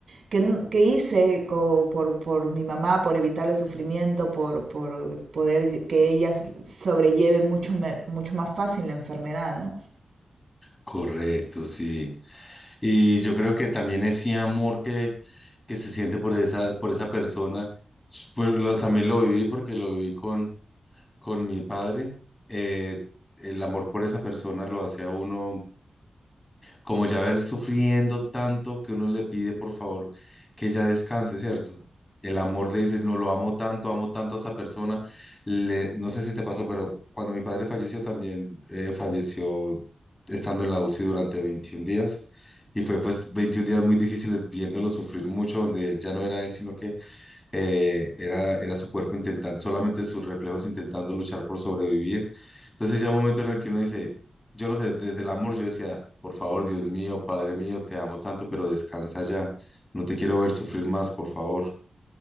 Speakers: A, on the right (about 65°); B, on the left (about 15°).
A: que, que hice co- por, por mi mamá, por evitarle sufrimiento, por, por poder que ella sobrelleve mucho, me- mucho más fácil la enfermedad, ¿no?
B: Correcto, sí. Y yo creo que también ese amor que, que se siente por esa, por esa persona, pues lo- también lo viví porque lo viví con mi padre, eh, el amor por esa persona lo hace a uno como ya ver sufriendo tanto que uno le pide por favor que ya descanse, ¿cierto? El amor le dice, no lo amo tanto, amo tanto a esa persona. Le, no sé si te pasó, pero cuando mi padre falleció también eh, falleció estando en la UCI durante 21 días. Y fue pues 21 días muy difíciles viéndolo sufrir mucho, donde él ya no era él, sino que eh, era, era su cuerpo intentando, solamente sus reflejos intentando luchar por sobrevivir. Entonces ya un momento en el que uno dice, yo no sé, desde el amor yo decía, por favor, Dios mío, Padre mío, te amo tanto, pero descansa ya, no te quiero ver sufrir más, por favor.